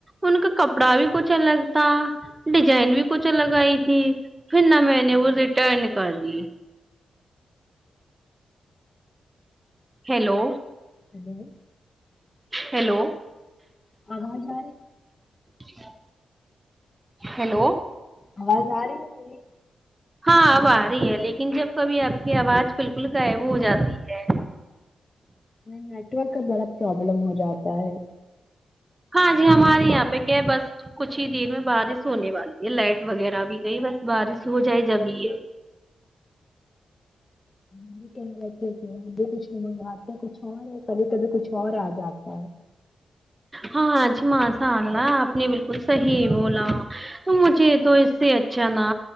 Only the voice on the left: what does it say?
ہلو،
آواز آ رہی
آواز آ رہی ہے
میری نیٹ ورک کا بڑا پرابلم ہو جاتا ہے
ہم بھی کہہ رہے تھے کہ ہم بھی کچھ منگواتے ہیں کچھ اور یا کبھی کبھی کچھ اور آ جاتا ہے